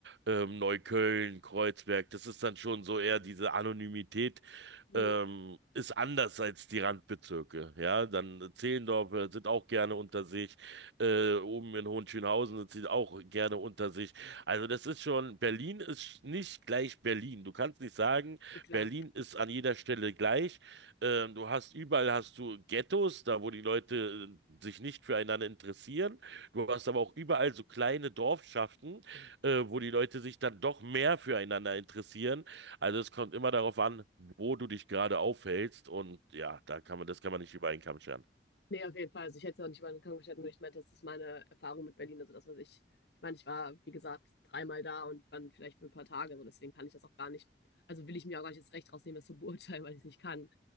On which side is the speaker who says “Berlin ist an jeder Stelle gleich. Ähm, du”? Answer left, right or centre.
Right